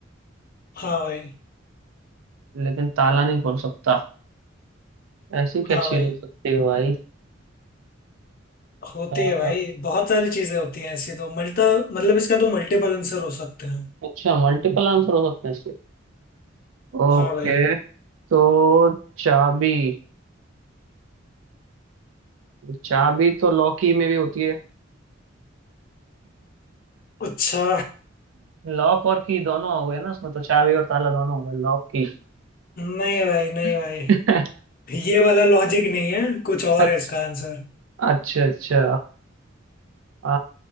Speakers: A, on the left; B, on the right.
A: हाँ भाई
B: लेकिन ताला नहीं खोल सकता ऐसी क्या
A: हाँ
B: चीज
A: भाई
B: हो सकती है भाई
A: होती
B: अ,
A: है भाई बहुत सारी चीज़ें होती हैं ऐसी तो मल्टा मतलब इसका तो मल्टीपल आंसर हो सकते हैं
B: अच्छा मल्टीपल आंसर हो सकते हैं इसके ओके
A: हाँ भाई
B: तो चाबी चाबी तो लॉकी में भी होती है
A: अच्छा
B: लॉक और की दोनों हो गए ना उसमें तो चाबी और ताला दोनों हो गए लॉक की
A: नहीं भाई नहीं भाई
B: <laughs>
A: ये वाला लॉजिक नहीं है कुछ और
B: अच्छा
A: है इसका आंसर
B: अच्छा अच्छा आ,